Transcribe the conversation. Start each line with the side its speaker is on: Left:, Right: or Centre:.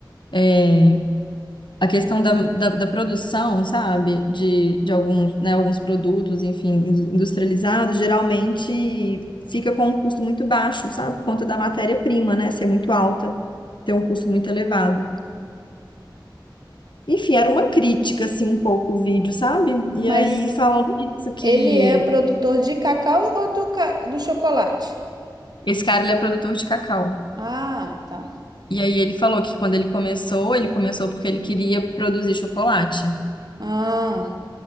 Left: é, a questão da, da, da produção, sabe, de, de alguns, né, alguns produtos, enfim, indus- industrializados, geralmente fica com um custo muito baixo, sabe, por conta da matéria-prima, né, ser muito alta, ter um custo muito elevado. Enfim, era uma crítica, assim, um pouco o vídeo, sabe? E
Right: Mas
Left: aí falando isso, que
Right: Ele é produtor de cacau ou do, ca- do chocolate?
Left: esse cara, ele é produtor de cacau.
Right: Ah, tá.
Left: E aí ele falou que quando ele começou, ele começou porque ele queria produzir chocolate.
Right: Ah,